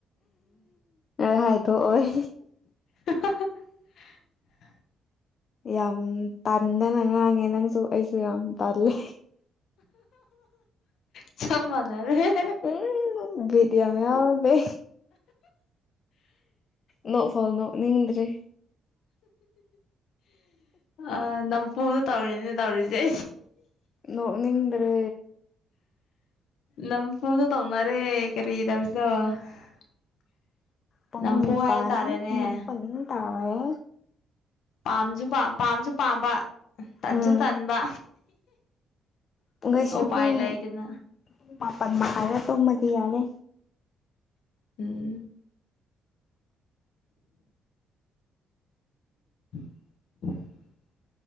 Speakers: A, on the left; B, on the left.
A: ꯍꯥꯏꯗꯣꯛꯑꯣꯏ
B: <unintelligible>
A: ꯌꯥꯝ ꯇꯟꯗꯅ ꯉꯥꯡꯉꯦ ꯅꯪꯁꯨ ꯑꯩꯁꯨ ꯌꯥꯝ ꯇꯜꯂꯦ
B: ꯆꯞ ꯃꯥꯅꯔꯦ
A: ꯎꯝ ꯕꯤꯠ ꯌꯥꯝ ꯌꯥꯎꯗꯦ ꯅꯣꯛ ꯐꯥꯎ ꯅꯣꯛꯅꯤꯡꯗ꯭ꯔꯦ
B: ꯑꯥ ꯅꯝꯐꯨꯗ ꯇꯧꯔꯤꯅꯤꯅꯦ ꯇꯧꯔꯤꯁꯦ
A: ꯅꯣꯛꯅꯤꯡꯗ꯭ꯔꯦ
B: ꯅꯝꯐꯨꯗ ꯇꯧꯅꯔꯦ ꯀꯔꯤ ꯇꯧꯔꯁꯨ <unintelligible>
A: ꯄꯨꯡ ꯅꯤꯄꯥꯥꯟ
B: ꯍꯥꯏꯇꯥꯔꯦꯅꯦ
A: ꯅꯤꯄꯜ ꯇꯥꯒꯔꯦ
B: ꯄꯥꯝꯁꯨ ꯄꯥꯝꯁꯨ ꯄꯥꯝꯕ ꯇꯟꯁꯨ
A: ꯎꯝ
B: ꯇꯟꯕ
A: ꯄꯨꯡꯈꯩꯁꯤ
B: ꯎꯄꯥꯏ
A: ꯄꯨꯡ ꯄꯨꯡ
B: ꯂꯩꯗꯅ
A: ꯃꯥꯄꯜ ꯃꯈꯥꯏꯗ ꯇꯨꯝꯃꯗꯤ ꯌꯥꯔꯦ
B: ꯎꯝ <unintelligible>